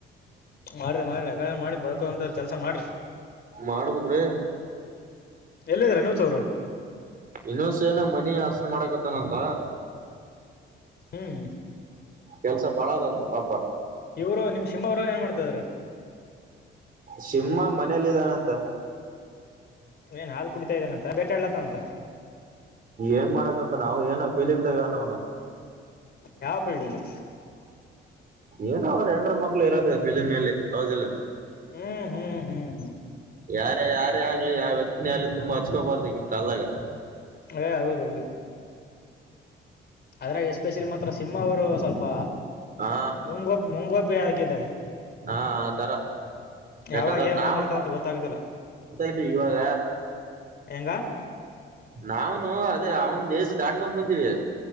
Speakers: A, on the left; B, on the right.
A: ಮಾಡ್ರಿ ಮಾಡ್ರಿ ಅಡೆ ಮಾಡಿ ಬರ್ಕೊಂತ ಕೆಲ್ಸ ಮಾಡ್ರಿ
B: ಮಾಡ್ಬೇಕಕ್್ರೀ
A: ಎಲ್ಲಿದ್ರ ನೀವ್ಸ ಅವ್ರು
B: ಇನ್ನೊ ಸೇಏನ ಮನಿ ಆಸನ ಮಾಡಕತ್ತಾನಂತ
A: ಹ್ಮ್
B: ಕೆಲ್ಸ ಬಾಳದ ಒಂದು ಪಾಪ
A: ಇವ್ರು ನಿಮ್ ಸಿಂಹವರು ಏನ್ ಮಾಡ್ತಾಾರೆ
B: ಶಮ್ಮ ಮನೇಲ್ಲ ಇದಿದ್ದಾನಂತ
A: ಏನ್ ಹಾಲು ಕುಡಿತಾ ಇದ ನ ಬೇಟಾಡ್ಲತ ಅಂತ.
B: ಏನ್ ಮಾಡಕತ್ ನಾವು ಏನ ಫೀಲಿಂಗ್ದಾಗ ನವ್ನು.
A: ಯಾವಫೀಲ್ಡಿಂಗ್
B: ಏನೋ ಅವರು ಎಂಡರ ಮಕ್ಳು ಇರೋದ ಬಿಜಣಲ್ಲಿ. ಹೌದಲ್ಲ
A: ಹ್ಮ್ ಹ್ಮ್ ಹ್ಮ್ ಹ್ಮ್
B: ಯಾರ ಯಾರ. ಮ ಆಗ್ಲಿ ಆ ವ್ಯಕ್ತಿಿನ ಅಲ್ಲಿ ತುಂಬಾ ಹಚ್ಕೋಬಾರ್ದುಕ್ಕಿಂತ ಈಗಿನ ಕಾಲದ.
A: ಯ ಅವದ. ಅದ್ರಾಗ ಎಷ್ಟಪೆ. ಮಾತ್ರ ಸಿಂಹ ಅವರು ಸ್ವಲ್ಪ.
B: ಹಾ
A: ಮುಂಗೋಪ್ ಮುಂಗೋಪಿ ಆಗಿದ್ದಾರೆ
B: ಹಾ ಆ ತರ ಯಾಕಂದ್ರ
A: ಯಾವಾಗ ಏನ್
B: ನಾವತಾ
A: ಮಾತಾಡ್ತಾರ ಅಂತ ಗೊತ್ತಾಗುದಿಲ್ಲ
B: ಇದವಿ ಇವಾಗ
A: ಹೆಂಗ
B: ನಾವನು ಅದೇ ಅವನ್ ದೇಶ ದಾಟ್ಕೊಂಡ್ ಬಂದೀವಿ